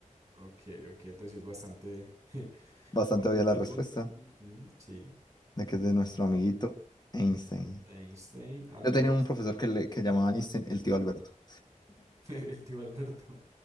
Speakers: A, on the right; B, on the left.
A: Ok, ok, entonces sí es bastante, <laughs>
B: Bastante
A: bastante
B: obvia la
A: antiguo.
B: respuesta
A: Ujú, sí,
B: de que es de nuestro amiguito Einstein.
A: Einstein, Albert
B: Yo tenía
A: Einstein,
B: un profesor que, le, que llamaba Einstein el tío Alberto.
A: <laughs> el tío Alberto,